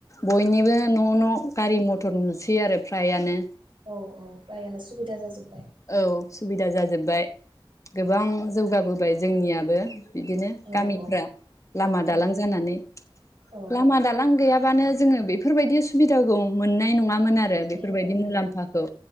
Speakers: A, on the left; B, on the right.
A: बयनिबो
B: औ
A: न' न' गारि मथर नुसै आरो फ्रायानो।
B: औ औ फ्रायआनो सुबिदा जाजोबबाय।
A: औ सुबिदा जाजोबबाय गोबां जौगाबो बाय जोंनियाबो। बिदिनो
B: औ
A: गामिफ्रा
B: औ
A: लामा दालां
B: औ
A: जानानै।
B: औ
A: लामा दालां गैयाबानो जोङो बे बेफोरबायदि सुबिदाखौ मोननाय नङा मोन आरो
B: मोननाय
A: बेफोरबायदि
B: नङामोन
A: मुलाम्फाखौ